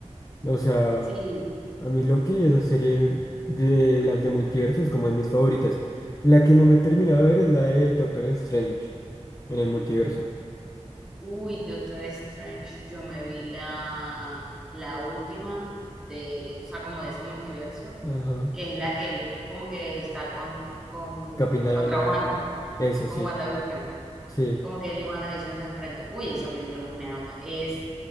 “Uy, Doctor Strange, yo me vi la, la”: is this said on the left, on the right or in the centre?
Centre